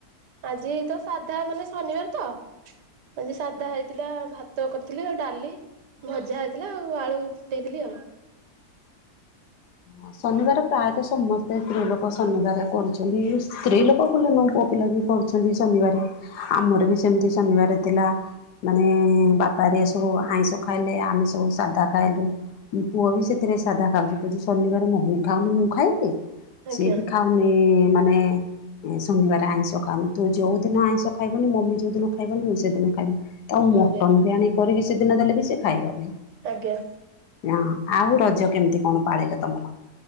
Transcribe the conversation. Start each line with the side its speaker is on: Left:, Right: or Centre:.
Right: ଆଜି ତ ସାଧା ମାନେ ଶନିବାର ତ, ଆଜି ସାଧା ହେଇ ଥିଲା ଭାତ କରିଥିଲି ଆଉ ଡାଲି, ଭଜା ହେଇଥିଲା ଆଉ ଆଳୁ ଦେଇଥିଲି ଆଉ।
Left: ହଁ ଶନିବାର ପ୍ରାୟତଃ ସମସ୍ତେ ସ୍ତ୍ରୀ ଲୋକ ଶନିବାର କରୁଛନ୍ତି। ସ୍ତ୍ରୀ ଲୋକ ବୋଲି ନୁହଁ ପୁଅ ପିଲା ବି କରୁଛନ୍ତି ଶନି ନିବାରେ। ଆମର ବି ସେମତି ଶନିବାର ଥିଲା ମାନେ ବାପା ହେରିକା ସବୁ ଆଇଁଷ ଖା ଖାଇଲେ ଆମେ ସବୁ ସାଧା ଖାଇଲୁ। ପୁଅ ବି ସେଥିରେ ସାଧା ଖାଉନି କହୁଛି ଶନିବାରେ ମମି ଖାଉନି ମୁଁ ଖାଇବି?
Right: ଆଜ୍ଞା
Left: ସିଏ ବି ଖାଉନି ମାନେ ଶନିବାର ଆଇଁଷ ଖାଉନି। ତୁ ଯୋଉ ଦିନ ଆଇଁଷ ଖାଇବନି ମମି ଯୋଉଦିନ ଖାଇବନି ମୁଁ ସେଇଦିନ ଖାଇବିନି। ଆଉ ମଟନ
Right: ଆଜ୍ଞା
Left: ବି ଆଣି କରିବି ସେଦିନ ଦେଲେ ବି ସେ ଖାଇବନି। ନାଁ
Right: ଆଜ୍ଞା।
Left: ଆଉ ରଜ କେମିତି କଣ ପାଳିଲ ତମର?